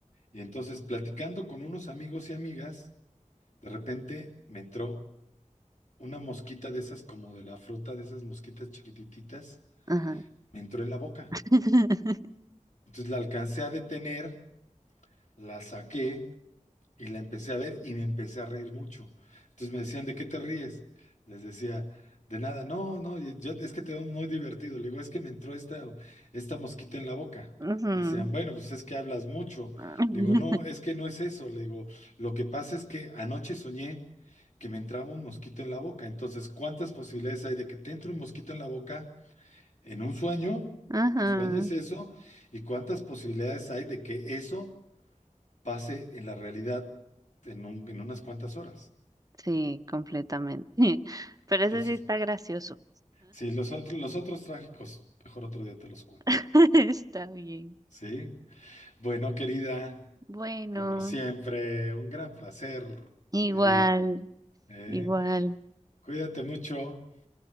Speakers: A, on the left; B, on the right.
A: y entonces platicando con unos amigos y amigas, de repente me entró una mosquita de esas como de la fruta, de esas mosquitas chiquitititas,
B: ajá,
A: me entró en la boca.
B: <laughs>
A: Entonces la alcancé a detener, la saqué Y la empecé a ver y me empecé a reír mucho. Entonces me decían, ¿de qué te ríes? Les decía, de nada, no, no, y yo, es que te veo muy divertido. Le digo, es que me entró esta, esta mosquita en la boca.
B: ujú,
A: Decían, bueno, pues es que hablas mucho.
B: <laughs>
A: Le digo, no, es que no es eso. Le digo, lo que pasa es que anoche soñé que me entraba un mosquito en la boca. Entonces, ¿cuántas posibilidades hay de que te entre un mosquito en la boca en un sueño?
B: ajá,
A: Que sueñes eso. ¿Y cuántas posibilidades hay de que eso pase en la realidad en, un- en unas cuantas horas.
B: sí, completamente, <laughs> pero
A: Entonces,
B: eso sí está gracioso,
A: sí, los otros, los otros trágicos, mejor otro día te los cuento.
B: <laughs> Está bien.
A: ¿Sí? Bueno, querida,
B: Bueno,
A: como siempre, un gran placer,
B: igual,
A: querida. ¿eh?
B: igual,
A: Cuídate mucho.